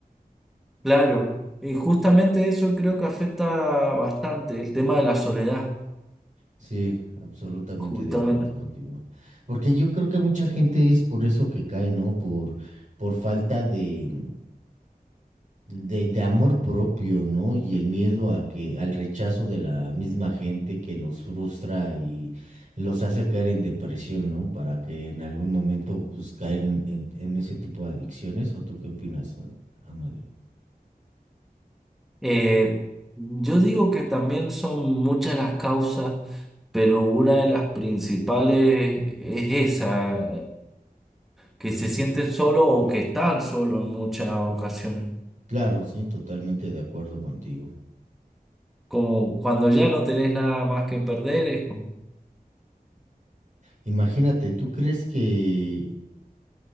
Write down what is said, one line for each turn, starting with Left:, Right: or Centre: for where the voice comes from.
Centre: Claro, y justamente eso creo que afecta bastante, el tema de la soledad,
Right: Sí, absolutamente
Centre: justamente.
Right: de acuerdo contigo. Porque yo creo que mucha gente es por eso que cae, ¿no? Por, por falta de de, de amor propio, ¿no? Y el miedo a que, al rechazo de la misma gente que los frustra y los hace caer en depresión, ¿no? Para que en algún momento, pues, caer en, en- en ese tipo de adicciones. ¿O tú qué opinas, Am- Amadeo?
Centre: Eh, yo digo que también son muchas las causas, pero una de las principales es esa, que se sienten solo o que están solo en muchas ocasiones.
Right: Claro, sí, totalmente de acuerdo contigo.
Centre: Como cuando ya no tenés nada más que perder, es como...
Right: Imagínate, ¿tú crees que,